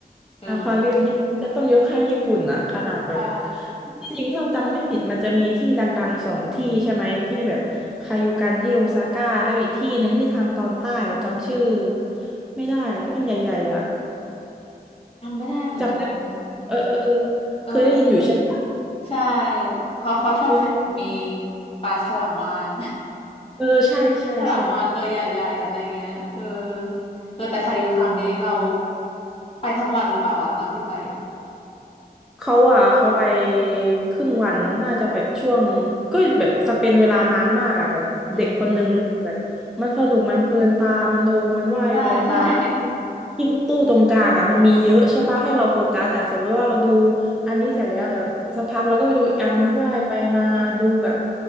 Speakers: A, on the left (about 35°); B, in the centre.
A: เออ
B: อควาเรียมจะต้องยกให้ญี่ปุ่นอะขนาดแบบ
A: ใช่
B: ที่จริงถ้าจำไม่ผิดมันจะมีที่ดังๆสองที่ใช่ไหมที่แบบคายูกันที่โอซาก้าแล้วอีกที่หนึ่งที่ทางตอนใต้เราจำชื่อไม่ได้อะที่มันใหญ่ๆอะ
A: ทำไม่ได้เหมือนกัน
B: จำได้เออเออเออ
A: เออ
B: เคยได้ยินอยู่ใช่ปะ
A: ใช่เขาเขาชอบแข่งมี
B: เออเนี่ย
A: ปลาฉลามวาฬ
B: เออใช่ใช่ใช่
A: ฉลามวาฬตัวใหญ่ๆอะไรเงี้ยเออเออแต่คายูครั้งนี้เราไปทั้งวันหรือเปล่าอะตอนที่ไป
B: เขาอ่ะเขาไปครึ่งวันน่าจะแบบช่วงก็แบบสเปนเวลานานมากอ่ะแบบเด็กคนนึงเลยแบบมันสนุกมันเพลินตามันดูมันว่ายไปมาแบบ
A: อืมใช่ใช่ <laughs>
B: ยิ่งตู้ตรงกลางอ่ะมันมีเยอะใช่ปะให้เราโฟกัสแต่สมมติว่าเราดูอันนี้เสร็จแล้วเดี๋ยวสักพักเราก็ไปดูอีกอันนึงว่ายไปมาดูแบบ